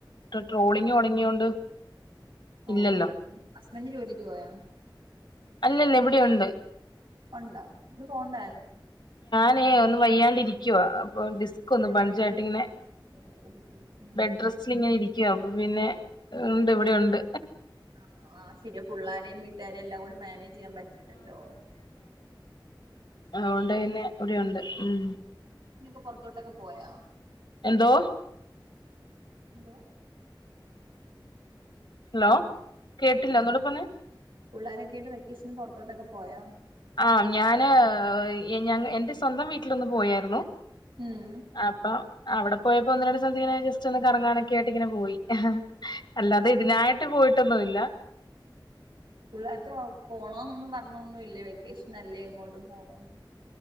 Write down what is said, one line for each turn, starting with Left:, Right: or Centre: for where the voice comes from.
Left: ട്റ് ട്രോളിങ് തുടങ്ങിയോണ്ട്
Right: ഓ
Left: ഇല്ലല്ലോ
Right: ഓ ഓ ഹസ്ബൻഡ് ജോലിക്ക് പോയാ
Left: അല്ല അല്ല ഇവിടെയുണ്ട്
Right: ഒണ്ടാ ഇന്ന് പോണ്ടായിര്ന്നോ
Left: ന്നേ ഒന്ന് വയ്യാണ്ടിരിക്കുവാപ്പം ഒ ഡിസ്ക് ഒന്ന് ബൾജാട്ടിങ്ങനെ
Right: ഓ ഓ ഓ ഓ
Left: ബെഡ്
Right: ഉം
Left: റെസ്റ്റില് ഇങ്ങനെ ഇരിക്കു ക്കുവ അപ്പ പിന്നെ ഉണ്ട് ഇവിടെയുണ്ട്
Right: ആ ആ ശരിയ പുള്ളാരെയും വീട്ടുകാരെയും എല്ലാം കൂടി മാനേജ് ചെയ്യാൻ പറ്റില്ലല്ലോ
Left: ആതൊണ്ട്ന്നെ ഇവിടെയുണ്ട് ഉം
Right: രൊക്കെ പൊറത്തോട്ടൊക്കെ പോയൊ
Left: എന്തോ
Right: എന്തോ
Left: ഹലോ കേട്ടില്ല ഒന്നൂടെ പറഞ്ഞെ
Right: പുള്ളാരെക്കെയായിട്ട് വെക്കേഷന് പുറത്തോട്ടൊക്കെ പോയോ
Left: ആ ഞാന് ഞങ്ങ എന്റെ സ്വന്തം വീട്ടിലൊന്ന് പോയാരുന്നു
Right: ഉം
Left: അപ്പം അവിടെ പോയപ്പോ ഒന്ന് രണ്ട് സ്ഥലത്ത് ഇങ്ങനെ ജസ്റ്റ് ഒന്ന് കറങ്ങാനൊക്ക ആയിട്ട് ഇങ്ങനെ പോയി അല്ലാതെ ഇതിനായി ട്ട് പോയിട്ടൊന്നുംല്ല
Right: പിള്ളാർക്ക് <unintelligible> പോണന്നൊന്നും പറഞ്ഞൊന്നുംല്ലേ വെകേ വെക്കേഷന് അല്ലെ എങ്ങോട്ടും പോണോന്ന്